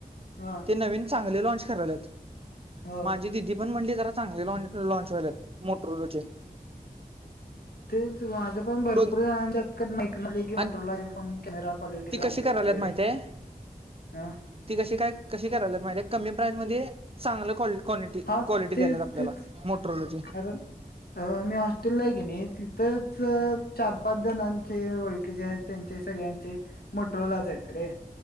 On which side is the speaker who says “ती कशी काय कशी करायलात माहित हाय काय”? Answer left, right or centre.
Right